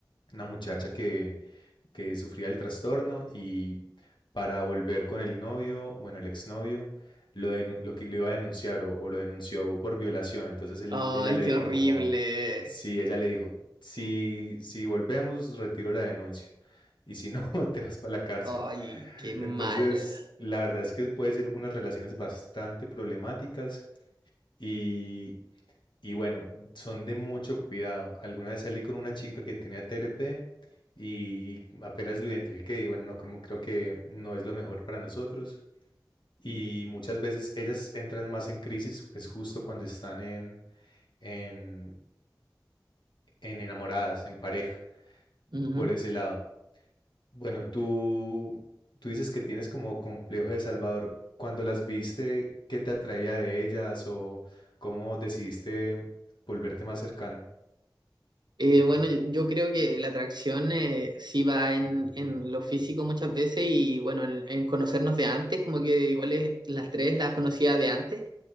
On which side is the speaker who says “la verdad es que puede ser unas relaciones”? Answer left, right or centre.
Left